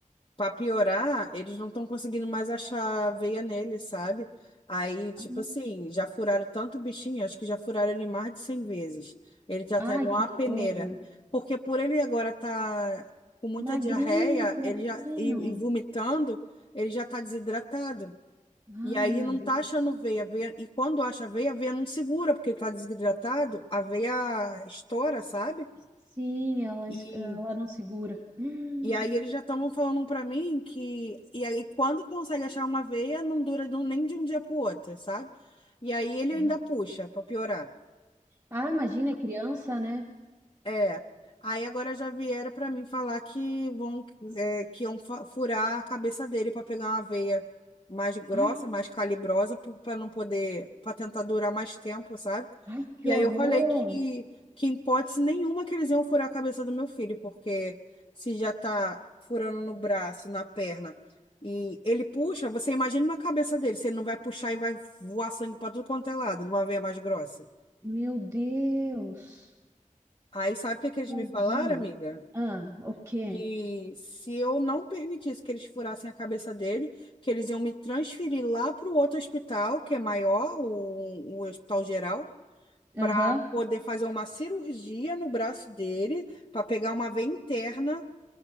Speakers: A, on the left; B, on the right.
A: Pra piorar, eles não estão conseguindo mais achar veia nele, sabe? Aí, tipo
B: Ah,
A: assim, já furaram tanto o bichinho, acho que já furaram ele mais de 100 vezes. Ele já
B: Ai,
A: tá igual
B: que
A: uma peneira.
B: horror.
A: Porque por ele agora tá com muita
B: Magrinho,
A: diarreia,
B: fraquinho.
A: ele já e, e vomitando, ele já tá desidratado.
B: Ai,
A: E aí
B: meu
A: não
B: Deus.
A: tá achando veia, veia. E quando acha a veia, a veia não segura, porque ele tá desidratado, a veia estoura, sabe?
B: Sim, ela,
A: E
B: es- ela não segura. <gasps>
A: e aí eles já estavam falando pra mim que. E aí, quando consegue achar uma veia, não dura do- nem de um dia pro outro, sabe? E aí ele
B: Hum.
A: ainda puxa pra piorar.
B: Ah, imagina, criança, né?
A: É. Aí agora já vieram para mim falar que vão, é, que iam fa- furar a cabeça dele para pegar uma veia mais grossa,
B: Ai,
A: mais calibrosa, para não poder, para tentar durar mais tempo, sabe?
B: ai, que
A: E
B: horror.
A: aí eu falei que, que em hipótese nenhuma que eles iam furar a cabeça do meu filho, porque se já tá furando no braço, na perna, e ele puxa, você imagina na cabeça dele, se ele não vai puxar e vai voar sangue para tudo quanto é lado, numa veia mais grossa.
B: Meu Deus.
A: Aí sabe o que que eles
B: Tadinho.
A: me falaram, amiga?
B: Ah, o quê?
A: que se eu não permitisse que eles furassem a cabeça dele, que eles iam me transferir lá para o outro hospital, que é maior, o, o Hospital Geral, para
B: Aham,
A: poder fazer uma cirurgia no braço dele, para pegar uma veia interna